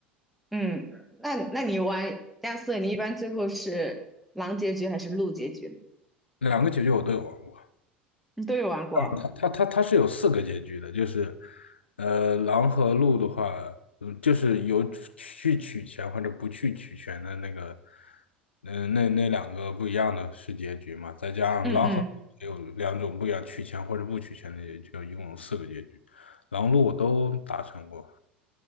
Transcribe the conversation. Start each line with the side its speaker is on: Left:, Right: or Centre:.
Centre: 嗯，那那你玩亚瑟，你一般最后是狼结局还是鹿结局呢
Left: 两个结局我都有玩过。
Centre: 你都有玩过？
Left: 它它它它是有四个结局的，就是呃，狼和鹿的话，嗯，就是有去取钱或者不去取钱的那个，嗯、那那两个不一样的是结局嘛，再加上狼和鹿也有两种不一样，
Centre: 嗯嗯，
Left: 取钱或者不取钱的结局，就一共有四个结局，狼鹿我都达成过。